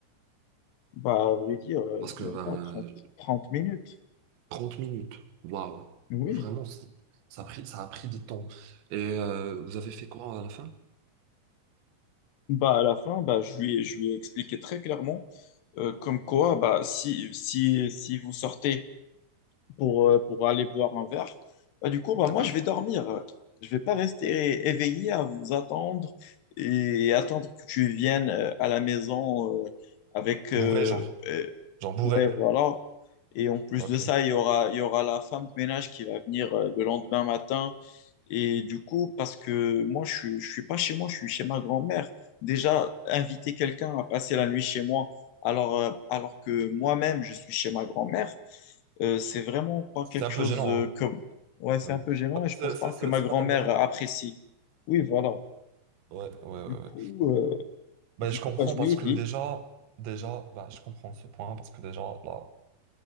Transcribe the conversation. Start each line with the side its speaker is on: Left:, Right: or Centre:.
Left: bah, à vrai dire, euh,
Right: Parce que,
Left: même
Right: ben,
Left: pas trente trente minutes.
Right: 30 minutes, waouh,
Left: Oui.
Right: vraiment, c- ça a pris, ça a pris du temps. Et euh, vous avez fait quoi à la fin?
Left: Bah, à la fin, bah, je lui, ai- je lui ai expliqué très clairement, euh, comme quoi, bah, si, si, si vous sortez pour, euh, pour aller boire un verre. Bah, du coup, bah,
Right: D'accord?
Left: moi, je vais dormir. Je vais pas rester éveillé à vous attendre et attendre que tu viennes euh, à la maison euh, avec... euh,
Right: Bourré, genre.
Left: euh,
Right: Genre bourré.
Left: ouais, voilà. Et en plus
Right: Ok.
Left: de ça, il y aura, il y aura la femme de ménage qui va venir euh, le lendemain matin. Et du coup, parce que moi, je ne suis pas chez moi, je suis chez ma grand-mère. Déjà, inviter quelqu'un à passer la nuit chez moi, alors, euh, alors que moi-même, je suis chez ma grand-mère, euh, c'est vraiment pas
Right: C'est
Left: quelque
Right: un peu
Left: chose
Right: gênant,
Left: euh, comme... Ouais, c'est
Right: hein. Ouais.
Left: un peu gênant
Right: Ah,
Left: et je
Right: C'est
Left: pense
Right: c'est-
Left: pas
Right: c'est-
Left: que ma
Right: c'est
Left: grand-mère
Right: pas ta maison.
Left: apprécie. Oui, voilà.
Right: Ouais, ouais,
Left: Du
Right: ouais.
Left: coup,
Right: ouais.
Left: euh,
Right: Ben,
Left: du
Right: je
Left: coup
Right: comprends
Left: bah, je
Right: parce
Left: lui ai
Right: que
Left: dit.
Right: déjà, déjà, ben, je comprends ce point parce que déjà, là,